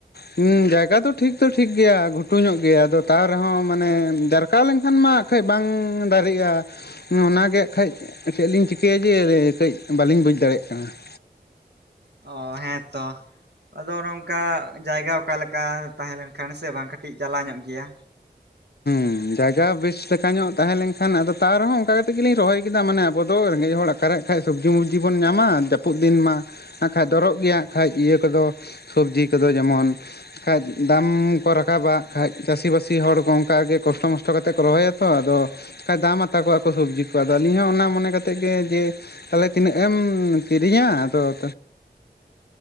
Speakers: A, on the left; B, on the right.
A: ᱦᱩᱸ ᱡᱟᱭᱜᱟ ᱫᱚ ᱴᱷᱤᱠ ᱫᱚ ᱴᱷᱤᱠ ᱜᱮᱭᱟ ᱜᱷᱩᱴᱩ ᱧᱚᱜ ᱜᱮᱭᱟ ᱟᱫᱚ ᱛᱟᱣ ᱨᱮᱦᱚᱸ ᱢᱟᱱᱮ ᱡᱟᱨ ᱠᱟᱣ ᱞᱮᱱᱠᱷᱟᱱ ᱢᱟ ᱠᱷᱟᱡ ᱵᱟᱝ ᱻ ᱫᱟᱨᱤᱜᱼᱟ᱾ ᱦᱩᱸ ᱚᱱᱟ ᱜᱮ ᱠᱷᱟᱡ ᱪᱮᱫᱞᱤᱧ ᱪᱤᱠᱟᱹᱭᱟ ᱡᱮ ᱠᱟᱹᱡ ᱵᱟᱞᱤᱧ ᱵᱩᱡᱽ ᱫᱟᱲᱮᱭᱟᱜ ᱠᱟᱱᱟ ᱾
B: ᱚᱻ ᱦᱮᱸ ᱛᱚ ᱾ ᱟᱫᱚ ᱱᱚᱝᱠᱟ ᱡᱟᱭᱜᱟ ᱚᱠᱟ ᱞᱮᱠᱟ ᱛᱟᱦᱮᱸ ᱞᱮᱱᱠᱷᱟᱱ ᱥᱮ‌ ᱵᱟᱝ ᱠᱟᱹᱴᱤᱡ ᱡᱟᱞᱟᱣ ᱧᱚᱜ ᱜᱮᱭᱟ ᱾
A: ᱦᱩᱸ ᱡᱟᱭᱜᱟ ᱵᱮᱥ ᱞᱮᱠᱟ ᱧᱚᱜ ᱛᱟᱦᱮᱸ ᱞᱮᱱᱠᱷᱟᱱ ᱟᱫᱚ ᱛᱟᱣ ᱨᱮᱦᱚᱸ ᱚᱱᱠᱟ ᱠᱟᱛᱮᱜ ᱜᱮᱞᱤᱧ ᱨᱚᱦᱚᱭ ᱠᱮᱫᱟ ᱢᱟᱱᱮ ᱟᱵᱚ ᱫᱚ ᱨᱮᱸᱜᱮᱡ ᱦᱚᱲ ᱥᱟᱨ ᱟᱜ ᱠᱷᱟᱡ ᱥᱚᱵᱡᱤ ᱢᱚᱵᱡᱤ ᱵᱚᱱ ᱧᱟᱢᱟ ᱡᱟᱹᱯᱩᱫ ᱫᱤᱱ ᱢᱟ ᱟᱜᱠᱷᱟᱡ ᱫᱚᱨᱚᱜ ᱜᱮᱭᱟ ᱟᱜᱠᱷᱟᱡ ᱤᱭᱟᱹ ᱠᱚᱫᱚ ᱥᱚᱵᱡᱤ ᱠᱚᱫᱚ ᱡᱮᱢᱚᱱ ᱠᱷᱟᱡ ᱫᱟᱢᱻ ᱠᱚ ᱨᱟᱠᱟᱵᱟ ᱠᱷᱟᱡ ᱪᱟᱹᱥᱤ ᱵᱟᱹᱥᱤ ᱦᱚᱲ ᱚᱝᱠᱟ ᱜᱮ ᱠᱚᱥᱴᱚ ᱢᱚᱥᱴᱚ ᱠᱟᱛᱮ ᱠᱚ ᱨᱚᱦᱚᱭᱟ ᱛᱚ ᱟᱫᱚ ᱠᱟ ᱫᱟᱢ ᱟᱛᱟ ᱠᱚᱣᱟ ᱠᱚ ᱥᱚᱵᱡᱤ ᱠᱚ ᱟᱫᱚ ᱟᱹᱞᱤᱧ ᱦᱚᱸ ᱚᱱᱟ ᱢᱚᱱᱮ ᱠᱟᱛᱮᱜ ᱜᱮ ᱡᱮ ᱛᱟᱦᱮᱞᱮ ᱛᱤᱱᱟᱹᱜ ᱮᱢ ᱠᱤᱨᱤᱧᱟᱻ ᱟᱫᱚ